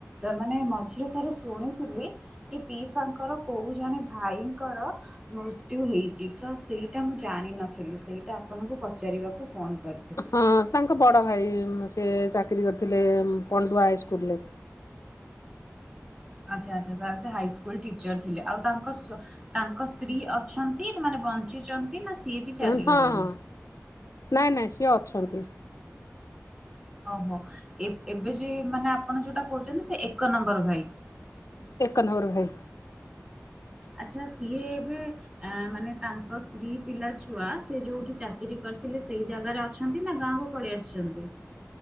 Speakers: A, on the right; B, on the left.
A: ମାନେ ମଝିରେ ଥରେ ଶୁଣିଥିଲି। କି ପିଇସାଙ୍କର କୋଉ ଜଣେ ଭାଇଙ୍କର ମୃତ୍ୟୁ ହେଇଛି। ତ ସେଇଟା ମୁଁ ଜାଣିନଥିଲି ସେଇଟା ଆପଣଙ୍କୁ ପଚାରିବାକୁ ଫୋନ କରିଥିଲି।
B: ହଁ ତାଙ୍କ ବଡ ଭାଇ ସେ ଚାକିରି କରିଥିଲେ ପଣ୍ଡୁଆ ହାଇସ୍କୁଲରେ।
A: ଆଚ୍ଛା ଆଚ୍ଛା ସାର୍ ସେ ହାଇସ୍କୁଲ ଟିଚର ଥିଲେ, ଆଉ ତାଙ୍କ ତାଙ୍କ ସ୍ତ୍ରୀ ଅଛନ୍ତି, ନା ମାନେ ବଞ୍ଚିଛନ୍ତି ନା ସିଏ ବି ଚାଲିଗଲେଣି?
B: ହଁ ହଁ। ନାଇଁ ନାଇଁ ସିଏ ଅଛନ୍ତି।
A: ଓହୋ ଏବେ ଯ ମାନେ ଆପଣ ଯୋଉଟା କହୁଛନ୍ତି ସେ ଏକ ନମ୍ବର ଭାଇ।
B: ଏକ ନମ୍ବର ଭାଇ।
A: ଆଚ୍ଛା ସିଏ ଏବେ ଆ ମାନେ ତାଙ୍କ ସ୍ତ୍ରୀ ପିଲା ଛୁଆ ସେ ଯୋଉଠି ଚାକିରି କରିଥିଲେ ସେଇ ଜାଗାରେ ଅଛନ୍ତି ନା ଗାଁ ପଳେଇ ଆସିଛନ୍ତି?